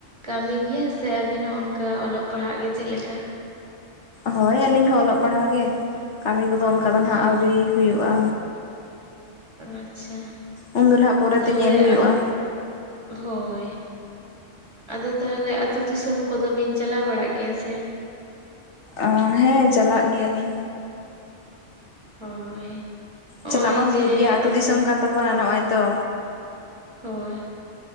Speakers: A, on the right; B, on the left.
A: ᱠᱟᱹᱢᱤ ᱜᱮᱭᱟ ᱥᱮ ᱟᱵᱤᱱ ᱦᱚᱸ ᱚᱱᱠᱟ ᱚᱞᱚᱜ ᱯᱟᱲᱦᱟᱜ ᱜᱮ ᱪᱮᱫ ᱞᱮᱠᱟ?
B: ᱦᱳᱭ ᱟᱹᱞᱤᱧ ᱦᱚᱸ ᱚᱞᱚᱜ ᱯᱟᱲᱦᱟᱣ ᱜᱮ, ᱠᱟᱹᱢᱤ ᱠᱚᱫᱚ ᱚᱱᱠᱟ ᱫᱚ ᱱᱟᱸᱜ
A: ᱚ
B: ᱟᱹᱣᱨᱤ ᱦᱩᱭᱩᱜᱼᱟ
A: ᱟᱪᱪᱷᱟ
B: ᱩᱱ ᱫᱚ ᱱᱟᱦᱟᱜ ᱯᱚᱨᱮᱛᱮ
A: ᱛᱟᱦᱚᱞᱮ
B: ᱧᱮᱞ ᱦᱩᱭᱩᱜᱼᱟ᱾
A: ᱦᱳᱭ᱾ ᱟᱫᱚ ᱛᱟᱦᱚᱞᱮ ᱟᱛᱳ ᱫᱤᱥᱚᱢ ᱠᱚᱫᱚ ᱵᱤᱱ ᱪᱟᱞᱟᱣ ᱵᱟᱲᱟᱜ ᱜᱮᱭᱟ ᱥᱮ?
B: ᱟᱸ ᱦᱮᱸ ᱪᱟᱞᱟᱜ ᱜᱮᱭᱟᱞᱤᱧ᱾
A: ᱦᱳᱭ᱾ ᱱᱚᱜᱼᱚᱭ
B: ᱪᱟᱞᱟᱜ ᱢᱟ ᱦᱩᱭᱩᱜ
A: ᱡᱮ
B: ᱜᱮᱭᱟ ᱟᱹᱛᱩ
A: ᱟᱵᱚ,
B: ᱫᱤᱥᱚᱢ ᱠᱟᱱ ᱛᱟᱵᱚᱱᱟ
A: ᱦᱳᱭ
B: ᱱᱚᱜᱼᱚᱭ ᱛᱚ
A: ᱦᱳᱭ᱾